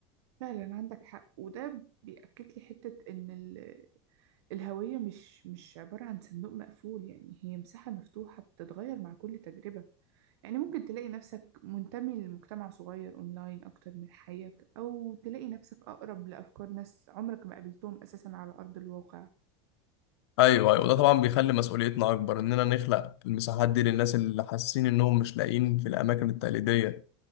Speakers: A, on the right; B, on the left.
A: فعلا عندك حق وده بيأكد لي حتة ان ال- الهوية مش مش عبارة عن صندوق مقفول يعني هي مساحة مفتوحة بتتغير مع كل تجربة يعني ممكن تلاقي نفسك منتمي لمجتمع صغير أونلاين أكتر من حيك أو تلاقي نفسك أقرب لأفكار ناس عمرك ما قابلتهم أساسا على أرض الواقع
B: ايوه ايوه ده طبعا بيخلي مسؤوليتنا اكبر اننا نخلق المساحات دي للناس اللي حاسين انهم مش لاقيين في الاماكن التقليديه